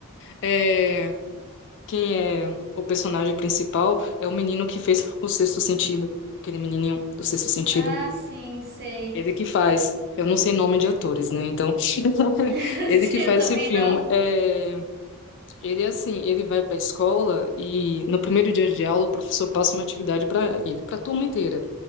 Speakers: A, on the left; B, on the right.
A: É, quem é o personagem principal é o menino que fez o Sexto Sentido. Aquele menininho do Sexto Sentido.
B: Ah, sim, sei.
A: Ele que faz. Eu não sei nome de atores, né? Então, <laughs>
B: <laughs>
A: ele
B: Sim,
A: que faz
B: eu também
A: esse filme.
B: não.
A: É, ele é assim, ele vai para a escola e no primeiro dia de aula o professor passa uma atividade para ele, para a turma inteira.